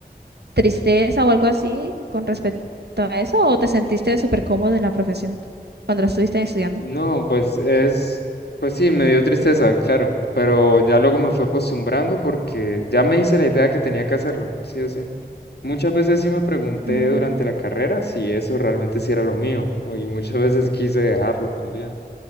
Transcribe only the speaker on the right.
tristeza o algo así con respecto a eso o te sentiste súper cómodo en la profesión cuando la estuviste estudiando?
Mm,